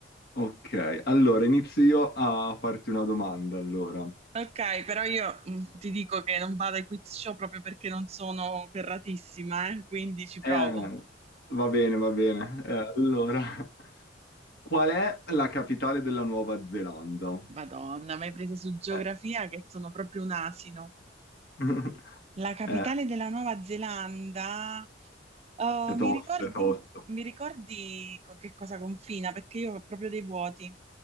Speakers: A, on the left; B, on the right.
A: Ok, allora inizio io a farti una domanda, allora.
B: Ok, però io mm, ti dico che non vado ai quiz show proprio perché non sono ferratissima, eh, quindi ci provo.
A: Eh, va bene, va bene. Eh, allora, <laughs> qual è la capitale della Nuova Zelanda?
B: Madonna, mi hai preso su geografia
A: Eh.
B: che sono proprio un asino.
A: <laughs>
B: La capitale
A: Eh,
B: della Nuova Zelanda, Oh,
A: È tosta,
B: mi ricordi,
A: è tosta.
B: mi ricordi con che cosa confina? Perché io ho proprio dei vuoti.